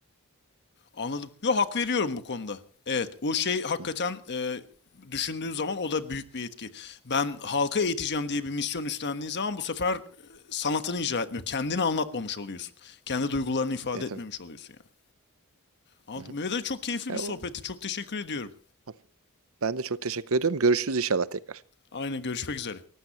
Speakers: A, on the left (about 50°); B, on the right (about 65°).
A: Anladım. Yo hak veriyorum bu konuda. Evet, o şey hakikaten
B: Hı hı.
A: e, düşündüğün zaman o da büyük bir etki. Ben halka eğiteceğim diye bir misyon üstlendiğin zaman bu sefer e, sanatını icra etmiyor. Kendini anlatmamış oluyorsun. Kendi duygularını ifade
B: E tabii.
A: etmemiş oluyorsun yani. Anladım.
B: Hı hı.
A: Mehmet Ali çok keyifli
B: E,
A: bir sohbetti.
B: o,
A: Çok teşekkür ediyorum.
B: Tamam. Ben de çok teşekkür ediyorum. Görüşürüz inşallah tekrar.
A: Aynen görüşmek üzere.